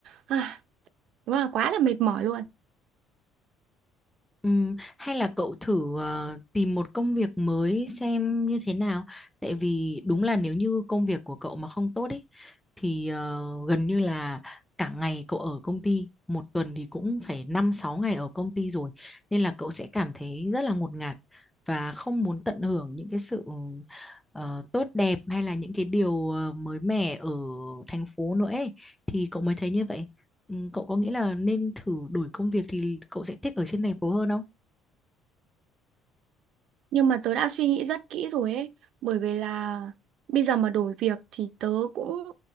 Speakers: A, on the right (about 60°); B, in the centre.
A: À, đúng là quá là mệt mỏi luôn.
B: Ừm, hay là cậu thử ờ, tìm một công việc mới xem như thế nào tại vì đúng là nếu như công việc của cậu mà không tốt ấy thì ờ, gần như là cả ngày cậu ở công ty một tuần thì cũng phải 5 6 ngày ở công ty rồi nên là cậu sẽ cảm thấy rất là ngột ngạt và không muốn tận hưởng những cái sự ờ, tốt đẹp hay là những cái điều ờ, mới mẻ ở thành phố nữa ấy thì cậu mới thấy như vậy Ừ, cậu có nghĩ là nên thử đổi công việc thì cậu sẽ thích ở trên thành phố hơn không?
A: Nhưng mà tớ đã suy nghĩ rất kỹ rồi ấy. Bởi vì là bây giờ mà đổi việc thì tớ cũng